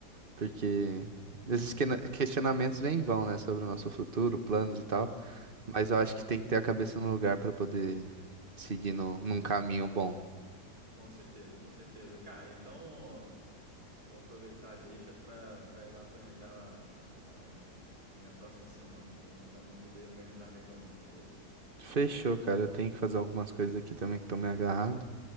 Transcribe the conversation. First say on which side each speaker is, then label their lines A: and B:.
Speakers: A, on the right; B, on the right.
A: porque esses quena- questionamentos vêm e vão, né, sobre o nosso futuro, planos e tal,
B: Sim, sim.
A: mas eu acho que tem que ter a cabeça no lugar para poder seguir no, num caminho bom.
B: Com certeza, com certeza. Cara, então Vou aproveitar deixa para para ir lá planejar a, a minha próxima semana, que não tá muito bem organizada ainda não, beleza?
A: Fechou, cara, eu tenho que fazer algumas coisas aqui também que estão me agarrado,